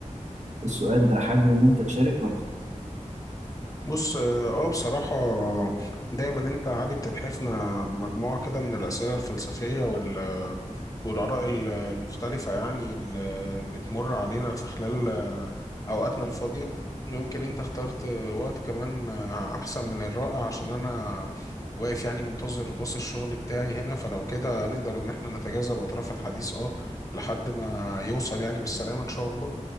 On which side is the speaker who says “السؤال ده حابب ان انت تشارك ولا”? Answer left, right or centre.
Right